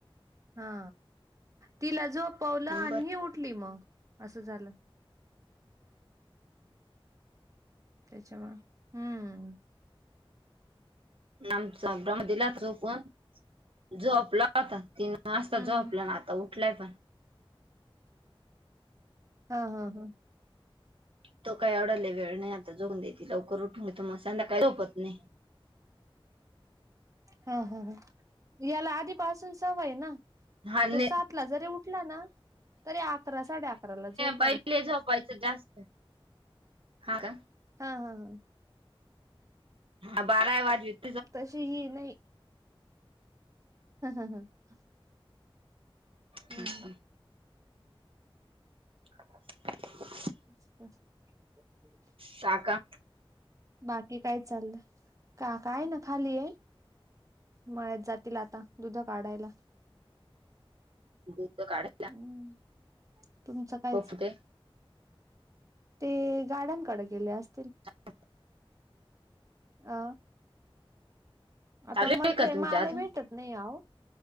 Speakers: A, on the right (about 35°); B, on the right (about 70°).
A: हा, तिला झोपवलं आणि
B: बरं
A: ही उठली मग असं झालं. त्याच्या मुळं, हम
B: नमचा ब्रम दिला झोपून, झोपला होता तीन वाजता
A: हम्म
B: झोपला होता आता उठलाय पण.
A: हा हा हा
B: तो काही येवडलय वेळ नाही आता जऊन देेते लवकर उठून घेत मग संध्याकाळी झोपत नाही.
A: हा हा ह याला आधीपासून सवय ना,
B: हा नाही
A: तो सात ला जरी उठला ना, तरी अकरा साडे अकराला झोपल
B: पहिले झोपायचं जास्त, हा का
A: हा हा हा
B: हा बारा ही वाजवीत.
A: तशी ही नाही. हा हा हा हम्म
B: हमम्हम्म <unintelligible>
A: <unintelligible>
B: साका
A: बाकी काय चाललं काका आहे ना खाली. मळ्यात जातील आता दुध काढायला.
B: दूध काढायला.
A: हम्म, तुमचं कायच
B: पप्पू ते
A: ते गार्डनकडे गेले असतील.
B: <unintelligible>
A: अ आता
B: चालू
A: मट्रेल
B: आहे का तुमच्या
A: माल
B: अजून
A: ही भेटत नाही आ,